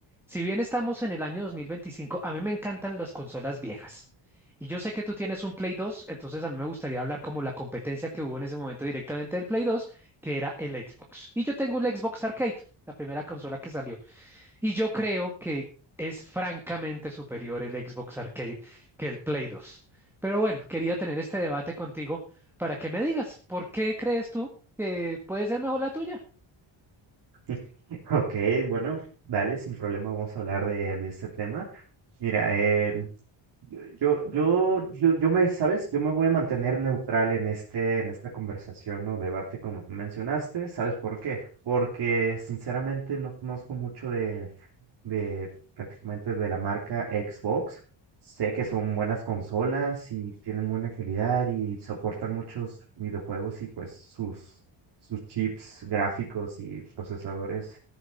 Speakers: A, in the centre; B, on the right.
A: si bien estamos en el año 2025, a mí me encantan las consolas viejas. Y yo sé que tú tienes un Play 2. entonces a mí me gustaría hablar como la competencia que hubo en ese momento directamente del Play dos. que era el Xbox. Y yo tengo un Xbox Arcade, la primera consola que salió. Y yo creo que es francamente superior el Xbox Arcade que el Play dos Pero bueno, quería tener este debate contigo para que me digas, ¿por qué crees tú que puede ser mejor la tuya?
B: <laughs> Ok, bueno, dale, sin problema, vamos a hablar de, de este tema. Mira, em, Yo, yo, yo, yo, yo me, ¿sabes? Yo me voy a mantener neutral en este, en esta conversación o debate, como tú mencionaste. ¿Sabes por qué? Porque sinceramente no conozco mucho de, de prácticamente de la marca Xbox. Sé que son buenas consolas y tienen buena calidad y soportan muchos videojuegos y pues sus, sus chips gráficos y procesadores